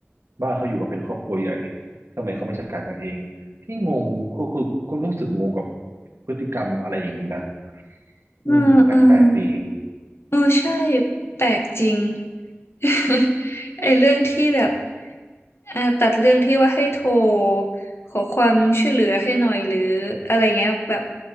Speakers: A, on the right; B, on the left.
A: บ้านเขาอยู่กันเป็นครอบครัวใหญ่ทำไมเขาไม่จัดการกันเองพี่งงก็คือก็รู้สึกงงกับพฤติกรรมอะไรอย่างนี้นะ
B: เออเออ
A: อืมแปลกๆดี
B: เออใช่ แปลกจริง <laughs> ไอ้เรื่องที่แบบอ่าตัดเรื่องที่ว่าให้โทรขอความช่วยเหลือให้หน่อยหรืออะไรเงี้ยแบบ